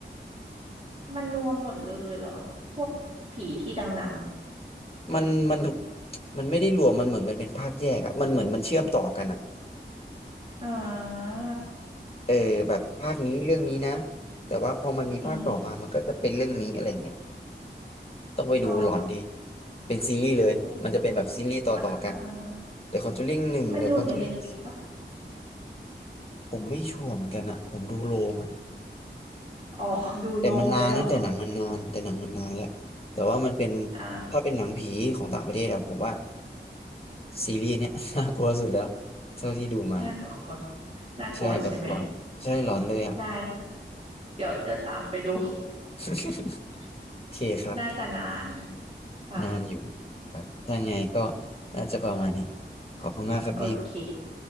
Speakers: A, on the right; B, on the left.
A: มันรวมหมดเลยเหรอพวกผีที่ดัง
B: มันมันมันไม่ได้รวมมันเหมือนมันเป็นภาคแยกอะมันเหมือนมันเชื่อมต่อกันอะ
A: ๆอ่า
B: เออแบบภาคนี้เรื่องนี้นะแต่ว่าพอมันมีภาคต่อมามันก็จะเป็นเรื่องนี้อะไรเงี้ย
A: อืม
B: ต้องไปดูหลอนดี
A: อ๋อ
B: เป็นซีรีส์เลยมันจะเป็นแบบซีรีส์ต่อต่อกัน
A: โอ้มันอ่าฮะ
B: The Conjuring หนึ่ง
A: มันอยู่ในเน็ตฟลิกปะ
B: The Conjuring สองผมไม่ชัวร์เหมือนกันอะผมดูโรงอะ
A: อ๋อดูลงเลยเหรอ
B: แต่มันนานนะแต่หนังมันนานแต่หนังมันนานแล้วแต่ว่ามันเป็น
A: อ่า
B: ถ้าเป็นหนังผีของต่างประเทศอะผมว่าซีรีส์เนี้ย <laughs> น่ากลัวสุดแล้วเท่าที่ดูมา
A: น่ากลัวน่ากลัวใช่ไหม
B: ใช่ครับหลอนใช่หลอนเลยอะ
A: ได้ได้เดี๋ยวจะตามไปดู
B: <laughs> โอเคครับ
A: น่าจะนานเลยค่ะ
B: นานอยู่ครับถ้าไงก็น่าจะประมาณนี้ ขอบคุณมากครับบีม
A: โอเค